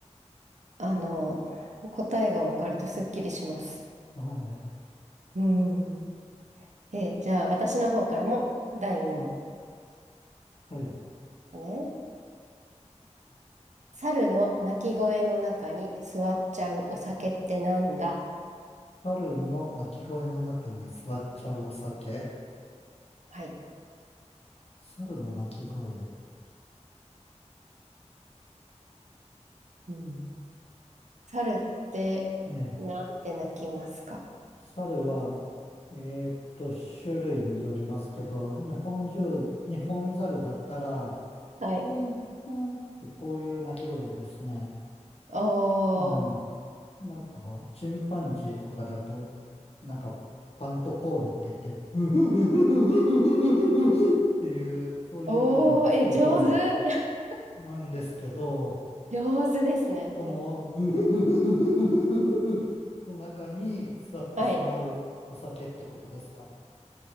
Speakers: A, on the right; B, on the left.
A: あの、答えがわかるとすっきりします。
B: はい。
A: うん。え、じゃあ私の方からも第2問。
B: はい。
A: ね。猿の鳴き声の中に座っちゃうお酒ってなんだ
B: 猿の鳴き声の中に座っちゃうお酒。
A: はい。
B: 猿の鳴き声。
A: うん。猿ってなんて鳴きますか
B: ええ。猿は、えーっと、種類によりますけど、日本中、日本猿だったら、
A: はい。
B: こう、こうってこういう鳴き声ですね。
A: おー。
B: うん。なんか、チンパンジーとかだと、なんか、パントコールって言って、うううううううううううっていう、そういうのですけど、
A: おー、え、上手。
B: なんですけど、
A: <laughs> 上手ですね。はい。
B: この、<laughs> の中に座ってしまうお酒ってことですか。
A: はい。